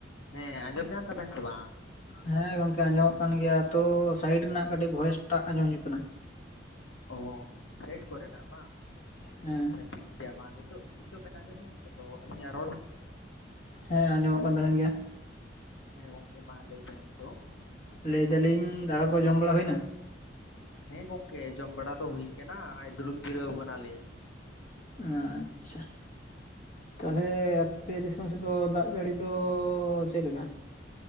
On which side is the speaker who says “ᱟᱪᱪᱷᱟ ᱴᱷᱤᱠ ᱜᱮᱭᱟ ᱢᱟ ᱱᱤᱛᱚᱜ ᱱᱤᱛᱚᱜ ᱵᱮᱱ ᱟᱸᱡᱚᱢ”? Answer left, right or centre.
Left